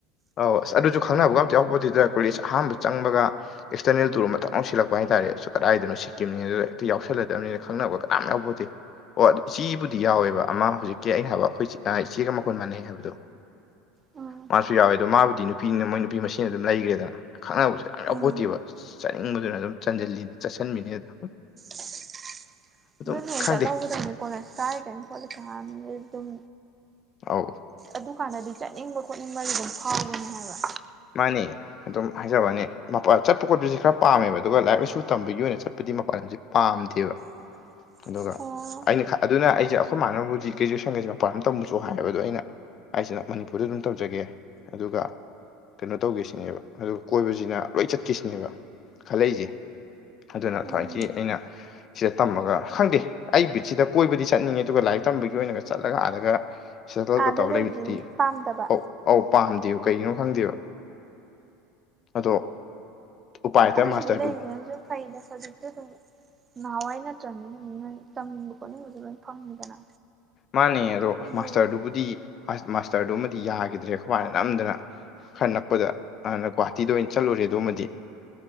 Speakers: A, on the left; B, on the right.
A: ꯑꯧ ꯑꯁ ꯑꯗꯨꯁꯨ ꯈꯪꯅꯕꯒ ꯑꯝꯇ ꯌꯥꯎꯄꯣꯠꯇꯦꯗ ꯀꯣꯂꯦꯖ ꯑꯍꯥꯟꯕ ꯆꯪꯕꯒ ꯑꯦꯛꯁꯇꯔꯅꯦꯜ ꯇꯨꯔ ꯑꯃ ꯊꯛ ꯂꯥꯎ ꯁꯤꯜꯂꯛꯄ ꯍꯥꯏꯇꯥꯔꯦ ꯁ ꯀꯗꯥꯏꯗꯅꯣ ꯁꯤ ꯁꯤꯀꯤꯝꯅꯤ ꯑꯗꯨꯗ ꯍꯦꯛꯇ ꯌꯥꯎꯁꯜꯂꯗꯝꯅꯦꯅ ꯈꯪꯅꯕ ꯀꯅꯥꯝ ꯌꯥꯎꯄꯣꯠꯇꯦ ꯑꯣ ꯑꯗꯨ ꯏꯆꯦꯕꯨ ꯗꯤ ꯌꯥꯎꯋꯦꯕ ꯑꯃ ꯍꯧꯖꯤꯛꯀꯤ ꯑꯩꯅ ꯍꯥꯏꯕ ꯑꯈꯣꯏ ꯏꯆꯦꯒ ꯃꯈꯣꯟ ꯃꯥꯟꯅꯩ ꯍꯥꯏꯕꯗꯣ
B: ꯎꯝ
A: ꯃꯥꯁꯨ ꯌꯥꯎꯋꯦ ꯑꯗꯣ ꯃꯥꯕꯨꯗꯤ ꯅꯨꯄꯤꯅꯤꯅ ꯃꯣꯏ ꯅꯨꯄꯤ ꯃꯁꯦꯟ ꯑꯗꯨꯝ ꯂꯩꯒ꯭ꯔꯦꯗꯅ ꯈꯪꯅꯕꯁꯨ ꯌꯥꯝ ꯌꯥꯎꯄꯣꯠꯇꯦꯕ
B: ꯎꯝ
A: ꯆꯅꯤꯡ ꯑꯗꯨꯅ ꯑꯗꯨꯝ ꯆꯟꯖꯜꯂꯤꯅꯤ ꯆꯠꯁꯟꯕꯤꯅꯤ ꯑꯗꯨꯝ
B: <unintelligible>
A: ꯑꯗꯨꯝ
B: ꯗꯨꯅꯦ
A: ꯈꯪꯗꯦ
B: ꯆꯠꯍꯧꯒꯗꯝꯅꯤ ꯀꯣꯂꯦꯖ ꯀꯥꯔꯤ ꯀꯥꯟ ꯈꯣꯠꯂꯤ ꯀꯥꯟꯁꯤ ꯑꯗꯨꯝ
A: ꯑꯧ
B: ꯑꯗꯨꯀꯥꯟꯗꯗꯤ ꯆꯠꯅꯤꯡꯕ ꯈꯣꯠꯅꯤꯡꯕꯒꯤ ꯑꯗꯨꯝ ꯐꯥꯎꯕꯅꯦ ꯍꯥꯏꯕ
A: ꯃꯥꯅꯤ ꯑꯗꯨꯝ ꯍꯥꯏꯖꯕꯅꯦ ꯃꯄꯥ ꯆꯠꯄ ꯈꯣꯠꯄꯁꯦ ꯈꯔ ꯄꯥꯝꯃꯦꯕ ꯑꯗꯨꯒ ꯂꯥꯏꯔꯤꯛ ꯂꯥꯏꯁꯨ ꯇꯝꯕꯒꯤ ꯑꯣꯏꯅ ꯆꯠꯄ ꯑꯗꯨꯗꯤ ꯃꯄꯥꯟ ꯂꯝꯁꯦ ꯄꯥꯝꯗꯦꯕ
B: <unintelligible>
A: ꯑꯗꯨꯒ
B: ꯑꯣ
A: ꯑꯩꯅ ꯑꯗꯨꯅ ꯑꯩꯁꯦ ꯑꯈꯣꯏ ꯃꯥꯅꯕꯨꯗꯤ ꯒ꯭ꯔꯦꯖꯨꯋꯦꯁꯟꯒꯁꯦ ꯃꯄꯥꯟ ꯂꯝ ꯇꯝꯃꯨꯆꯦ ꯍꯥꯏꯌꯦꯕ ꯑꯗꯣ ꯑꯩꯅ ꯑꯩꯁꯤꯅ ꯃꯅꯤꯄꯨꯔꯗ ꯑꯗꯨꯝ ꯇꯧꯖꯒꯦ ꯑꯗꯨꯒ ꯀꯩꯅꯣ ꯇꯧꯒꯦꯁꯤꯅꯦꯕ ꯑꯗꯨꯒ ꯀꯣꯏꯕꯁꯤꯅ ꯂꯣꯏ ꯆꯠꯈꯤꯁꯤꯅꯦꯕ ꯈꯜꯂꯛꯏꯁꯦ ꯑꯗꯨꯅ
B: ꯎꯝ
A: ꯊꯋꯣꯏꯀꯤ ꯑꯩꯅ ꯁꯤꯗ ꯇꯝꯃꯒ ꯈꯪꯗꯦ ꯑꯩ ꯕꯤꯠꯁꯤꯗ ꯀꯣꯏꯕꯗꯤ ꯆꯠꯅꯤꯡꯉꯦ ꯑꯗꯨꯒ ꯂꯥꯏ ꯔꯤꯛ ꯇꯝꯕꯒꯤ ꯑꯣꯏꯅꯒ ꯆꯠꯂꯒ ꯑꯥꯗꯒ ꯁꯦꯇꯜꯒ
B: ꯑꯥꯗ
A: ꯇꯧꯔꯒ ꯂꯩꯕꯗꯨꯗꯤ
B: ꯄꯥꯝꯗꯕ
A: ꯑꯧ ꯑꯧ ꯄꯥꯝꯗꯦꯕ ꯀꯩꯒꯤꯅꯣ ꯈꯪꯗꯦꯕ ꯑꯗꯣ ꯎꯄꯥꯏ ꯂꯩꯇ
B: ꯑꯗꯨ
A: ꯃꯥꯁꯇꯔꯗꯨ
B: ꯁꯤꯗ ꯂꯩꯔꯤꯁꯤꯅꯁꯨ ꯐꯩꯗ ꯍꯧꯖꯤꯛꯇꯤ ꯑꯗꯨꯝ ꯅꯍꯥꯟꯋꯥꯏ ꯅꯠꯇ꯭ꯔꯝꯅꯤꯅ ꯑꯗꯨꯝ ꯅꯣꯏ ꯇꯝꯅꯤꯡꯕ ꯈꯣꯠꯅꯤꯡꯕꯗꯨ ꯂꯣꯏ ꯐꯪꯉꯤꯗꯅ
A: ꯃꯥꯅꯦ ꯑꯗꯣ
B: ꯑꯗꯨꯗꯤ
A: ꯃꯥꯁꯇꯔꯗꯨꯕꯨꯗꯤ ꯑꯁ ꯃꯥꯁꯇꯔꯗꯨꯃꯗꯤ ꯌꯥꯒꯤꯗ꯭ꯔꯦ ꯑꯈꯣꯏ ꯃꯥꯅ ꯅꯝꯗꯅ ꯈꯔ ꯅꯛꯄꯗ ꯍꯥꯟꯅ ꯒꯨꯍꯥꯇꯤꯗ ꯑꯣꯏꯅ ꯆꯠꯂꯨꯔꯦ ꯑꯗꯨꯃꯗꯤ